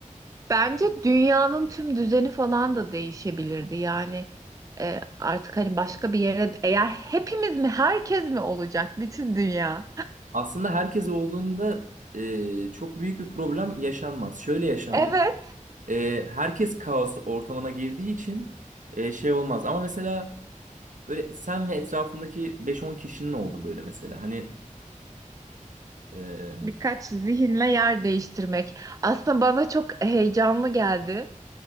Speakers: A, on the right; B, on the right.
A: Bence dünyanın tüm düzeni falan da değişebilirdi. Yani e, artık hani başka bir yere eğer hepimiz mi herkes mi olacak bütün dünya?
B: Aslında herkes olduğunda e, çok büyük bir problem yaşanmaz. Şöyle yaşanmaz.
A: Evet,
B: E, herkes kaos ortamına girdiği için e, şey olmaz. Ama mesela böyle sen ve etrafındaki beş on kişinin oldu böyle mesela. Hani e,
A: birkaç zihinle yer değiştirmek. Aslında bana çok heyecanlı geldi.